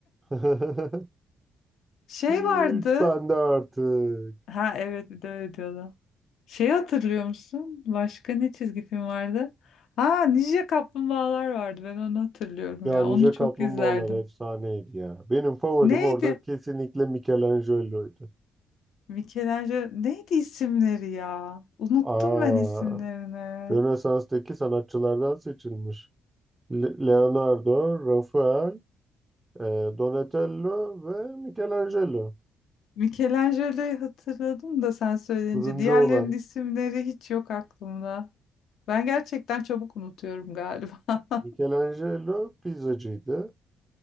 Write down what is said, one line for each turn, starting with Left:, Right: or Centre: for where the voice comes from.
Right: <laughs>
Left: <laughs> Şey
Right: Güç
Left: vardı.
Right: bende artık.
Left: Ha evet bir de öyle diyordu. Şeyi hatırlıyor musun? Başka ne çizgi film vardı? Ha Ninja Kaplumbağalar vardı. Ben onu hatırlıyorum
Right: Ya
Left: ya.
Right: Ninja
Left: Onu çok
Right: Kaplumbağalar
Left: izlerdim.
Right: efsaneydi ya. Benim favorim
Left: Neydi?
Right: orada kesinlikle Michelangelo'ydu.
Left: Michelangelo neydi isimleri ya? Unuttum
Right: Aa,
Left: ben isimlerini.
Right: Rönesans'taki sanatçılardan seçilmiş. Le- Leonardo, Rafael, e, Donatello ve Michelangelo.
Left: Michelangelo'yu hatırladım da sen söyleyince.
Right: Turuncu
Left: Diğerlerinin
Right: olan
Left: isimleri hiç yok aklımda. Ben gerçekten çabuk unutuyorum galiba. <laughs>
Right: Michelangelo pizzacıydı.